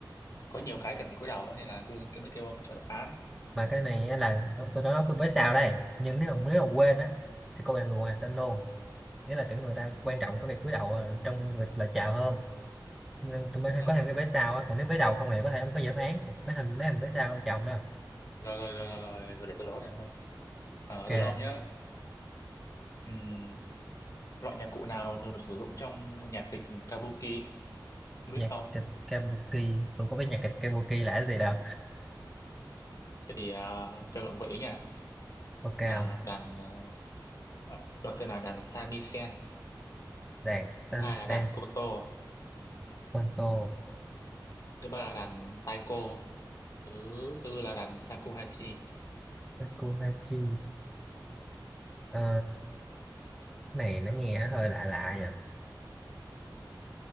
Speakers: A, on the left; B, in the centre.
A: có nhiều cái cần phải cúi đầu á, nên là tôi, tôi mới kêu ông cho đáp án
B: mà cái này á là tôi nói với sao đây nhưng nếu mà nếu mà quên á thì cô bạn người ngoài tên luôn nghĩa là kiểu người ta quan trọng cái việc cúi đầu ờ, trong việc lời chào hơn nên tụi mình hay
A: À,
B: có thêm cái vé sau á còn nếu vé đầu không thì có thể không có dự án mấy hình mấy hình vé sau chồng đó
A: rồi rồi rồi rồi rồi, rồi để tôi đó này ông ơi à,
B: ok
A: tôi đó ông nhá Ừm, loại nhạc cụ nào thường được sử dụng trong nhạc kịch Kabuki không biết
B: nhạc
A: không
B: kịch Kabuki tôi có biết nhạc kịch Kabuki là gì đâu
A: thế thì à, cho ông gợi ý nha
B: ok
A: À,
B: không
A: đàn à, à, đầu tiên là đàn shamisen
B: đàn Samisen
A: thứ hai là đàn koto
B: Konto
A: thứ ba là đàn taiko thứ tư là đàn shakuhachi
B: Sakuhachi Ờ, cái này nó nghe hơi lạ lạ nhỉ